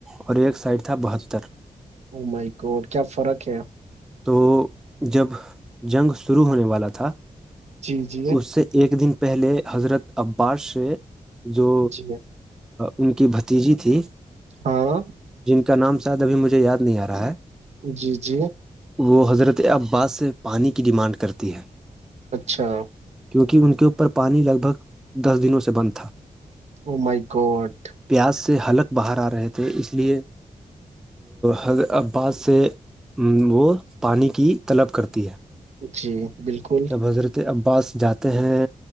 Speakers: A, in the centre; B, on the right (about 55°).
A: اور ایک سائڈ تھا بہتر
B: اائی کو اور کیا فرق ہے
A: تو جب جنگ شروع ہونے والا تھا
B: جی جی
A: اس سے ایک دن پہلے حضرت عباس سے جو
B: جی
A: ان کی بھتیجی تھی
B: ہاں
A: جن کا نام شاید ابھی مجھے یاد نہیں آ رہا ہے
B: جی جی
A: وہ حضرت عباس سے پانی کی ڈیمانڈ کرتی ہے
B: اچھا
A: کیونکہ ان کے اوپر پانی لگ بھگ دس دنوں سے بند تھا
B: او مائی گوڈ
A: پیاز سے حلک باہر آ رہے تھے اس لیے حض ابس سے وہ پانی کی طلب کرتی ہے
B: جی بالکل
A: تو حضرت عباس جاتے ہیں